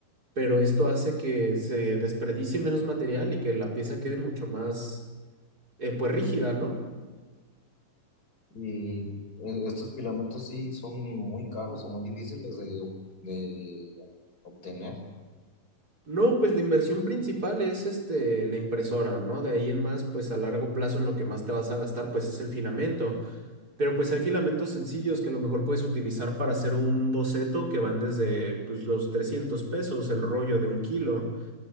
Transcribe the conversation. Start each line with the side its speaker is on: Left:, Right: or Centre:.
Right: pero esto hace que se desperdicie menos material y que la pieza quede mucho más eh, pues rígida, ¿no?
Left: Y eh, estos filamentos sí son muy caros o muy difíciles de, de obtener,
Right: No, pues la inversión principal es este, la impresora, ¿no? De ahí en más, pues a largo plazo en lo que más te vas a gastar, pues es el filamento. Pero pues hay filamentos sencillos que a lo mejor puedes utilizar para hacer un boceto que van desde pues los 300 pesos, el rollo de un kilo.